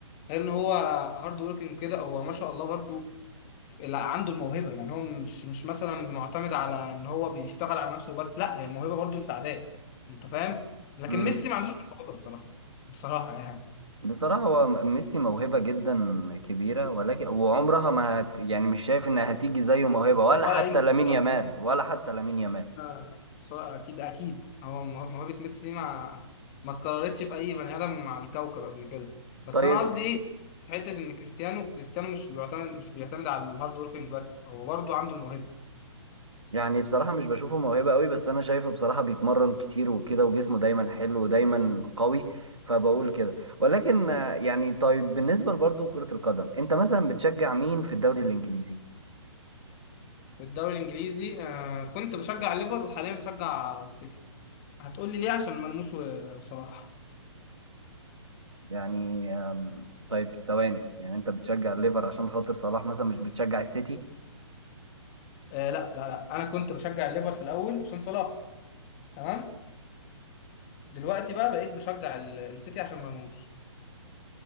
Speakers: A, on the left; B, on the right.
A: غير ان هو هارد وركينج كده هو ما شاء الله برضو لا عنده الموهبه يعني هو مش مش مثلا معتمد على ان هو بيشتغل على نفسه بس لا هي الموهبه برضه مساعداه انت فاهم لكن
B: امم
A: ميسي ما عندوش الموهبه بصراحه بصراحه يعني
B: بصراحه هو ميسي موهبه جدا كبيره ولكن وعمرها ما هت يعني مش شايف انها هتيجي زيه موهبه ولا
A: ولا
B: حتى
A: هيجي زيها
B: لامين يامال
A: طبعا
B: ولا حتى لامين يامال
A: آه، بصراحه اكيد اكيد هو مو- موهبه ميسي دي ما ما اتكررتش في اي بني ادم على الكوكب قبل كده بس
B: طيب
A: انا قصدي ايه في حته ان كريستيانو كريستيانو مش بيعتمد مش بيعتمد على الهارد وركينج بس هو برضه عنده الموهبه
B: يعني بصراحة مش بشوفه موهبة قوي بس أنا شايفه بصراحة بيتمرن كتير وكده وجسمه دايما حلو ودايما قوي فبقول كده ولكن آه، يعني طيب بالنسبة برضه كرة القدم أنت مثلا بتشجع مين في الدوري الإنجليزي؟
A: في الدوري الانجليزي آه كنت بشجع ليفر وحاليا بشجع السيتي هتقول لي ليه عشان ملموس و- وصلاح
B: يعني آم، طيب ثواني يعني أنت بتشجع الليفر عشان خاطر صلاح مثلا مش بتشجع السيتي؟
A: آه لا لا لا انا كنت بشجع الليفر في الاول عشان صلاح تمام دلوقتي بقى بقيت بشجع ال- السيتي عشان ملموس